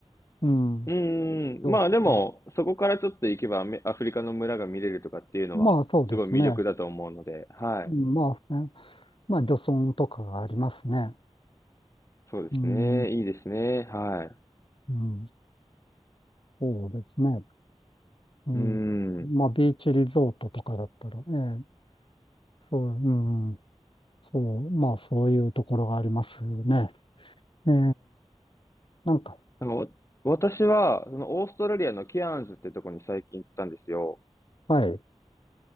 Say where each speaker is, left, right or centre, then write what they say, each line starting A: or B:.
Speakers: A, on the left; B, on the left.
A: うん、
B: うーん、
A: どうか。
B: まあでも、そこからちょっと行けばアメアフリカの村が見れるとかっていうのは、
A: まあ、そうですね。
B: すごい魅力だと思うので、はい。
A: うんまあ、ね、まあ、漁村とかがありますね。
B: そうですね。
A: うん、
B: いいですね。はい。
A: うん、そうですね。うん、
B: うー
A: まあ、
B: ん。
A: ビーチリゾートとかだったら、ええ、そう、うん、そう、まあ、そういうところがありますよね。ええ、なんか、
B: なんかわ私は、そのオーストラリアのケアンズってとこに最近行ったんですよ。
A: はい、